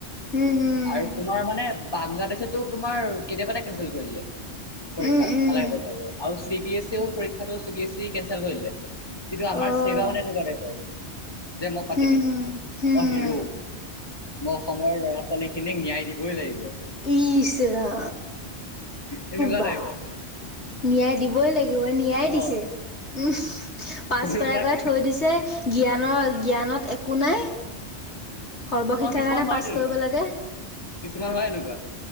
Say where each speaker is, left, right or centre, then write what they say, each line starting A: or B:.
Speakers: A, on the left; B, on the left.
A: হম হম
B: আৰু তোমাৰ মানে বাংলাদেশে তোমাৰ কেতিয়াবা এটা কেনচেল কৰি দলে পৰীক্ষা
A: উম উম।
B: নালাগে পাব আৰু চি বি এছ পৰীক্ষাটো চি বি এছ ই কেেল কৰিলে কিন্তু আমাৰ
A: অ',
B: চেৱা মানে এনেকুৱাতে যে মই পাতিমেই
A: হম হম হম
B: মই হিৰো মই অসমৰ ল'ৰা ছোৱালীখিনিক ন্যায় দিবই লাগিব
A: ইশৰা
B: এনেকুৱা
A: বা
B: টাইপৰ
A: ন্যায় দিবই লাগিব ন্যায় দিছে
B: অ'।
A: উম পাছ
B: কৰুণাক
A: কৰাই কৰাই থৈ দিছে জ্ঞানৰ জ্ঞানত একো নাই সৰ্বশিক্ষাৰ
B: অ কিছুমান
A: কাৰণে
B: হয়ত
A: পাছ
B: এনে
A: কৰিব
B: বাৰু
A: লাগে।
B: কিছুমান হয় এনেকুৱা